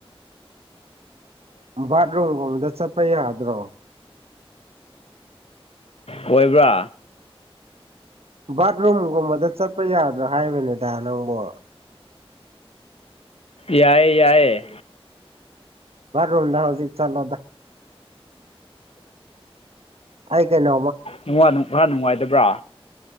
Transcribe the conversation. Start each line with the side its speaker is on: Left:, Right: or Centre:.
Right: ꯕꯥꯠꯔꯨꯝꯒꯨꯝꯗ ꯆꯠꯄ ꯌꯥꯗ꯭ꯔꯣ
Left: ꯀꯣꯏꯕ꯭ꯔꯥ
Right: ꯕꯥꯠꯔꯨꯝꯒꯨꯝꯕꯗ ꯆꯠꯄ ꯌꯥꯗ꯭ꯔꯥ ꯍꯥꯏꯕꯅꯤꯗ ꯅꯪꯕꯨ
Left: ꯌꯥꯏ ꯌꯥꯏꯏ
Right: ꯔꯣꯗ ꯍꯧꯖꯤꯛ ꯆꯠꯂꯗ ꯑ ꯀꯥꯏꯅ
Left: ꯅꯨꯡ ꯈꯔ ꯅꯨꯡꯉꯥꯏꯗꯕ꯭ꯔꯥ